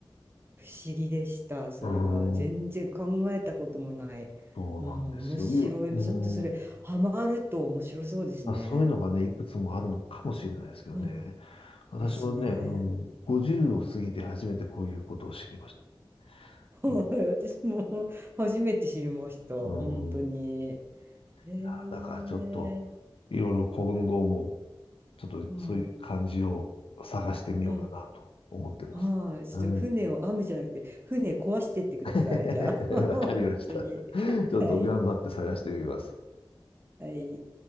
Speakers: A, on the right (about 25°); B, on the left (about 80°).
A: 不思議でした、それは。
B: う。うん、
A: 全然考えたこともない。
B: そうなんですよ。
A: うん、面白い。
B: いや、うん、
A: ちょっとそれ、ハマると面白そうですね。
B: あ、そういうのがね、いくつもあるのかもしれないですけどね。
A: うん、
B: 私もね、
A: ですね。
B: うん、50を過ぎて初めてこういうことを知りまし
A: はい、
B: た。
A: 私も初めて知りました、本当に。
B: うん。い
A: へえ、
B: や、だからちょっと、いろいろ今後も、ちょっとそういう感じを探してみようかなと思ってます。
A: うん、うん。はい、ちょっと船を編むじゃなくて、
B: うん。
A: 船壊してってください、
B: <laughs>
A: じゃあ。<laughs>
B: わかりました。
A: 本当に。
B: ちょっと頑張って探してみます。
A: はい。はい。